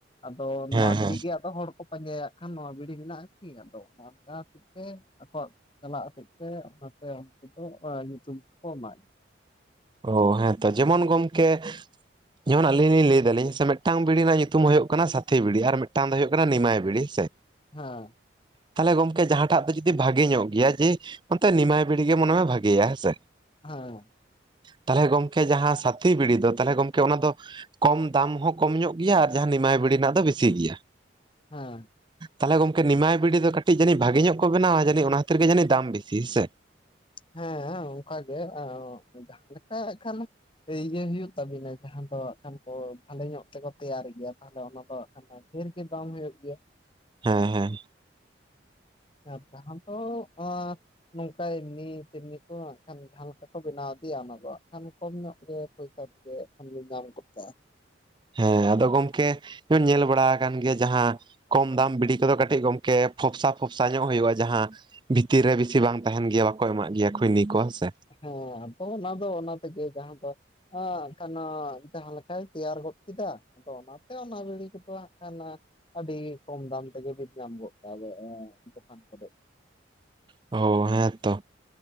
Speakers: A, on the left (about 25°); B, on the right (about 25°).
A: ᱟᱫᱚ
B: ᱦᱮᱸ
A: ᱱᱚᱣᱟ ᱵᱤᱲᱤ
B: ᱦᱮᱸ
A: ᱜᱮ ᱟᱫᱚ ᱦᱚᱲ ᱠᱚ ᱯᱟᱸᱡᱟᱭᱟᱜ ᱠᱷᱟᱱ ᱱᱚᱣᱟ ᱵᱤᱲᱤ ᱢᱮᱱᱟᱜᱼᱟ ᱠᱤ ᱟᱫᱚ ᱚᱱᱟ ᱚᱱᱠᱟ ᱦᱚᱛᱮᱫ ᱛᱮ ᱟᱠᱚᱣᱟᱜ, ᱪᱟᱞᱟᱜ ᱦᱚᱛᱮᱫ ᱛᱮ ᱚᱱᱟᱛᱮ ᱩᱱᱠᱩ ᱫᱚ ᱚᱱᱟ ᱧᱩᱛᱩᱢ ᱠᱚ ᱮᱢᱟᱭᱟ᱾
B: ᱚ ᱦᱮᱸᱛᱚ ᱡᱮᱢᱚᱱ ᱜᱚᱢᱠᱮ, ᱡᱮᱢᱚᱱ ᱟᱹᱞᱤᱧ ᱞᱤᱧ ᱞᱟᱹᱭ ᱮᱫᱟᱞᱤᱧ ᱡᱮ ᱢᱤᱫᱟᱝ ᱵᱤᱲᱤ ᱨᱮᱱᱟᱜ ᱧᱩᱛᱩᱢ ᱦᱩᱭᱩᱜ ᱠᱟᱱᱟ ᱥᱟᱛᱷᱤ ᱵᱤᱲᱤ ᱟᱨ ᱢᱤᱫᱴᱟᱝ ᱫᱚ ᱦᱩᱭᱩᱜ ᱠᱟᱱᱟ ᱱᱤᱢᱟᱭ ᱵᱤᱲᱤ᱾ ᱥᱮ
A: ᱦᱮᱸ᱾
B: ᱛᱟᱦᱚᱞᱮ ᱜᱚᱝᱠᱮ ᱡᱟᱦᱟᱸᱴᱟᱜ ᱫᱚ ᱡᱩᱫᱤ ᱵᱷᱟᱜᱮ ᱧᱚᱜ ᱜᱮᱭᱟ ᱡᱮ, ᱚᱱᱛᱮ ᱱᱤᱢᱟᱭ ᱯᱤᱲᱤ ᱜᱮ ᱢᱚᱱᱮ ᱢᱮ ᱵᱷᱟᱜᱮᱭᱟ ᱦᱮᱸ ᱥᱮ᱾
A: ᱦᱮᱸ
B: ᱛᱟᱦᱚᱞᱮ ᱜᱚᱢᱠᱮ ᱡᱟᱦᱟᱸ ᱥᱟᱛᱷᱤ ᱵᱤᱲᱤ ᱫᱚ ᱛᱟᱦᱚᱞᱮ ᱜᱚᱢᱠᱮ ᱚᱱᱟ ᱫᱚ, ᱠᱚᱢ ᱫᱟᱢ ᱦᱚᱸ ᱠᱚᱢ ᱧᱚᱜ ᱜᱮᱭᱟ ᱟᱨ ᱡᱟᱦᱟᱸ ᱱᱤᱢᱟᱭ ᱵᱤᱲᱤ ᱨᱮᱱᱟᱜ ᱫᱚ ᱵᱮᱥᱤ ᱜᱮᱭᱟ᱾
A: ᱦᱮᱸ᱾
B: ᱛᱟᱦᱚᱞᱮ ᱜᱚᱝᱠᱮ ᱱᱤᱢᱟᱭ ᱵᱤᱰᱤ ᱫᱚ ᱠᱟᱹᱴᱤᱡ ᱡᱟᱱᱤᱡᱽ ᱵᱷᱟᱜᱤ ᱧᱚᱜ ᱠᱚ ᱵᱮᱱᱟᱣᱟ ᱡᱟᱱᱤᱡᱽ ᱚᱱᱟ ᱠᱷᱟᱛᱤᱨ ᱜᱮ ᱡᱟᱹᱱᱤᱡᱽ ᱫᱟᱢ ᱵᱮᱥᱤ ᱦᱮᱸ ᱥᱮ᱾
A: ᱦᱮᱸ-ᱦᱮᱸ ᱚᱱᱠᱟᱜᱮ ᱡᱟᱦᱟ ᱞᱮᱠᱟ ᱮ ᱠᱷᱟᱱ, ᱡᱮ ᱤᱭᱟᱹ ᱦᱩᱭᱩᱜ ᱛᱟᱵᱤᱱᱟ ᱡᱟᱦᱟ ᱫᱚ ᱠᱷᱟᱱ ᱠᱚ ᱵᱷᱟᱞᱮ ᱧᱚᱜ ᱛᱮᱠᱚ ᱛᱮᱭᱟᱨ ᱜᱤᱭᱟ ᱛᱟᱦᱟᱞᱮ ᱚᱱᱟ ᱫᱚ ᱠᱷᱟᱱ ᱫᱚ, ᱰᱦᱮᱨᱜᱮ ᱫᱟᱢ ᱦᱩᱭᱩᱜ ᱜᱮᱭᱟ᱾
B: ᱦᱮᱸ-ᱦᱮᱸ᱾
A: <unintelligible> ᱟᱫᱚ <inaudible> ᱱᱚᱝᱠᱟᱭ ᱞᱤ ᱛᱮᱢᱱᱤ ᱛᱚ ᱦᱟᱸᱜ ᱠᱦᱟᱱ ᱡᱟᱦᱟᱸ ᱞᱮᱠᱟ ᱠᱚ ᱵᱮᱱᱟᱣ ᱤᱫᱤᱭᱟ ᱚᱱᱟ ᱫᱚ ᱦᱟᱸᱜ ᱠᱷᱟᱱ ᱠᱚᱢ ᱧᱚᱜ ᱜᱮ ᱯᱚᱭᱥᱟ ᱛᱮᱜᱮ᱾ ᱠᱦᱟᱱ ᱫᱚ ᱫᱟᱢ ᱜᱚᱫᱽ ᱠᱟᱜ-ᱟ᱾
B: ᱦᱮᱸ ᱟᱫᱚ ᱜᱚᱢᱠᱮ ᱡᱮᱢᱚᱱ ᱧᱮᱞ ᱵᱟᱲᱟ ᱟᱠᱟᱱ ᱜᱮᱭᱟ ᱡᱟᱦᱟᱸ, ᱠᱚᱢ ᱫᱟᱢ ᱵᱤᱰᱤ ᱠᱚᱫᱚ ᱠᱟᱹᱴᱤᱡᱽ ᱜᱚᱝᱠᱮ ᱯᱷᱚᱯᱥᱟ-ᱯᱷᱚᱯᱥᱟ ᱧᱚᱜ ᱦᱳᱭᱳᱜᱼᱟ ᱡᱟᱦᱟᱸ, ᱵᱷᱤᱛᱤᱨ ᱨᱮ ᱵᱤᱥᱤ ᱵᱟᱝ ᱛᱟᱦᱮᱱ ᱜᱤᱭᱟ ᱵᱟᱠᱚ ᱮᱢᱟᱜ ᱜᱤᱭᱟ ᱠᱷᱚᱭᱱᱤ ᱠᱚ ᱦᱮᱸ ᱥᱮ᱾
A: ᱦᱮᱸ ᱟᱫᱚ ᱚᱱᱟ ᱫᱚ ᱚᱱᱟ ᱛᱮᱜᱮ ᱡᱟᱦᱟᱸ ᱫᱚ, ᱦᱮᱸ ᱮᱱᱠᱷᱟᱱ ᱡᱟᱦᱟᱸ ᱞᱮᱠᱟᱭ ᱛᱮᱭᱟᱨ ᱜᱚᱫ ᱠᱮᱫᱟ, ᱟᱫᱚ ᱚᱱᱟ ᱛᱮ ᱚᱱᱟ ᱵᱤᱲᱤ ᱠᱚᱫᱚ ᱦᱟᱸᱜ ᱠᱦᱟᱱ ᱟᱹᱰᱤ ᱠᱚᱢ ᱫᱟᱢ ᱛᱮᱜᱮᱵᱤᱱ ᱧᱟᱹᱢ ᱜᱚᱫ ᱠᱟᱜ-ᱟ ᱫᱚ, ᱫᱚᱠᱟᱱ ᱠᱚᱨᱮᱜ᱾
B: ᱦᱚᱭ᱾ ᱦᱮᱸ ᱛᱚ᱾